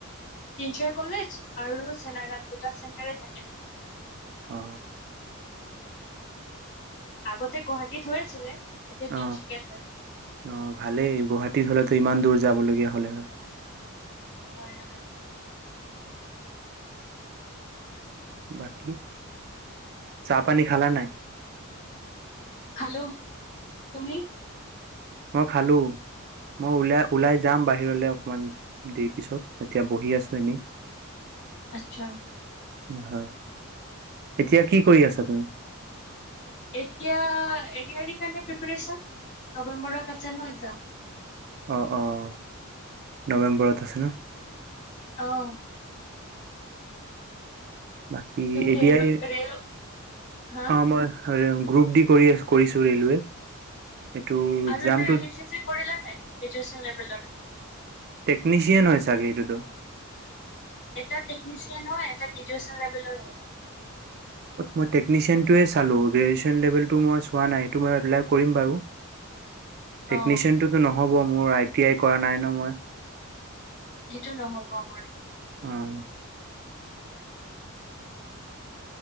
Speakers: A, on the left; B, on the right.
A: তিনচুকীয়া কলেজ আৰু চেনাইৰাম দুটা চেণ্টাৰে থাকে।
B: অ।
A: আগতে গুৱাহাটীত হৈ আছিলে এতিয়া
B: অ
A: তিনচুকীয়াত হয়।
B: অ ভালেই গুৱাহাটীত হলেতো ইমান দূৰ যাবলগীয়া হ'লে হয়।
A: হয় হয়।
B: বাকি চাহ পানী খালা নাই?
A: খালো, তুমি?
B: অ খালো। মই ওলাই ওলাই যাম বাহিৰলে অকমান দেৰি পিছত এতিয়া বহি আছো এনেই। <inaudible>
A: আচ্ছা।
B: হয়, এতিয়া কি কৰি আছা তুমি?
A: এতিয়া এ দি আৰ ইৰ কাৰণে প্ৰিপেৰেচন। নৱেম্বৰত আছে ন এক্জাম।
B: অঁ অঁ নৱেম্বৰত আছে ন?
A: অ।
B: বাকী
A: তুমি
B: এ
A: ৰেল
B: দি আৰ ইৰ,
A: ৰেল হা
B: অ মই গ্ৰুপ দি কৰি আছ কৰিছো ৰেলৱে। এইটো
A: আৰু
B: এক্সামটো
A: এটা আহিছে যে কৰিলা নাই গ্ৰেজুৱেচন লেভেলৰ?
B: টেক্নিচিয়ান হয় চাগে সেইটোতো।
A: এটা টেকনিচিয়ান হয় এটা গ্ৰেজুৱেচন লেভেলৰ হয়।
B: মই টেকচিয়ানটোৱে চালো গ্ৰেজচন লেভেলটো মই চোৱা নাই সেটো মই এপ্লাই কৰিম বাৰু। টেকনিচিয়ানটোতো
A: অ
B: নহ'ব মোৰ আই টি আই কৰা নাই ন মই।
A: সেইটো নহ'ব আমাৰ।
B: উম।